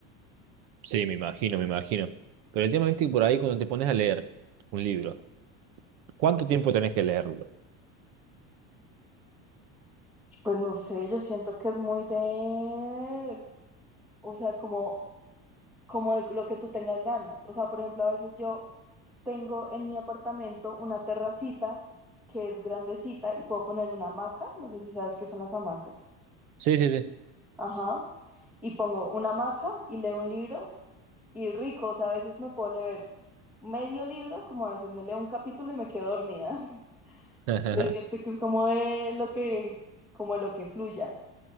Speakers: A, on the right (about 65°); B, in the centre.
A: Sí, me imagino, me imagino. Pero el tema, viste, que por ahí cuando te pones a leer un libro, ¿cuánto tiempo tenés que leerlo?
B: Pues no sé, yo siento que es muy de, o sea, como, como de lo que tú tengas ganas. O sea, por ejemplo, a veces yo tengo en mi apartamento una terracita que es grandecita y puedo poner una hamaca. No sé si sabes qué son las hamacas.
A: Sí, sí, sí.
B: Ajá. Y pongo una hamaca y leo un libro y rico. O sea, a veces me puedo leer medio libro, como a veces me leo un capítulo y me quedo dormida. <laughs>
A: <laughs>
B: Te siento que es como de lo que, como lo que fluya.